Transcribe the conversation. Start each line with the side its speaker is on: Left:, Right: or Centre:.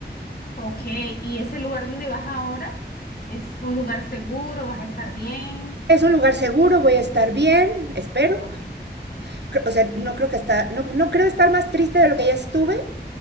Left: Ok. ¿Y ese lugar donde vas ahora es un lugar seguro? ¿Vas a estar bien?
Right: Es un lugar seguro, voy a estar bien, espero.
Left: Ok.
Right: Cre- O sea, no creo que está, no, no creo estar más triste de lo que ya estuve.